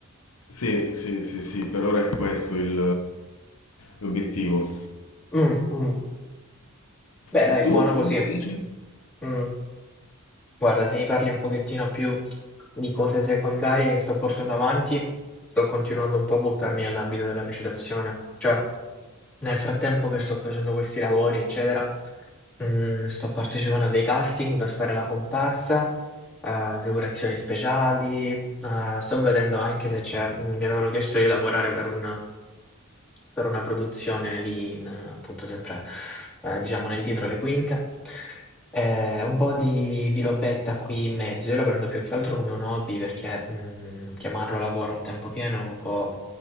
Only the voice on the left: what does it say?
Sì, sì, sì, sì, per ora è questo il, l'obiettivo.
E tu?
Sì,
invece?